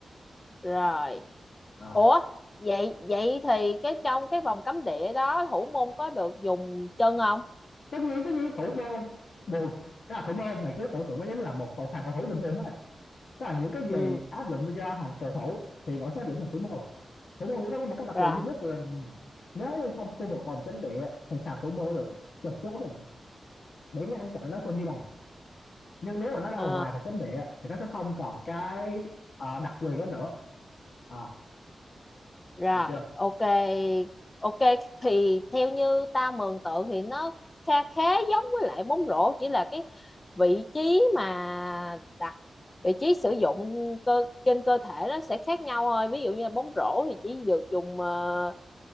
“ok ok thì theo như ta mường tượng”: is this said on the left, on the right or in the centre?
Left